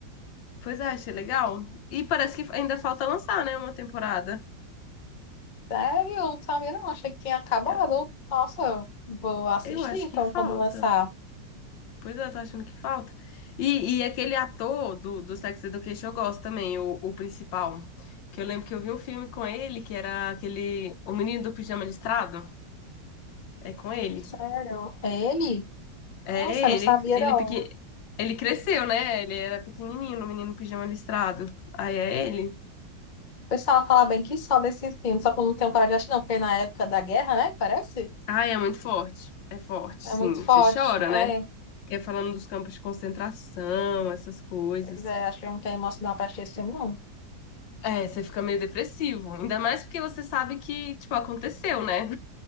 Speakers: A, on the left; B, on the left.
A: Pois é, achei legal. E parece que ainda falta lançar, né? Uma temporada.
B: Sério, eu não sabia não, achei que tinha acabado.
A: Eu,
B: Nossa, eu vou assistir
A: eu acho
B: então
A: que falta.
B: quando lançar.
A: Pois é, eu tô achando que falta. E, e aquele ator do, do Sex Education eu gosto também, o, o principal. Que eu lembro que eu vi um filme com ele, que era aquele. O Menino do Pijama Listrado. É com ele.
B: Sério, ele?
A: É
B: Nossa, eu não
A: ele.
B: sabia
A: Ele,
B: não.
A: pequen... ele cresceu, né? Ele era pequenininho, o Menino do Pijama Listrado. Aí é ele.
B: O pessoal fala bem que só desse filme, só que eu não tenho parado de assistir não, porque na época da guerra, né, parece?
A: Ai, é muito forte. É forte,
B: É
A: sim.
B: muito forte.
A: Você chora,
B: É,
A: né? que é falando dos campos de concentração, essas coisas.
B: pois é, acho que eu não tenho emocional pra assistir esse filme não.
A: É, você fica meio depressivo. Ainda mais porque você sabe que, tipo, aconteceu, né?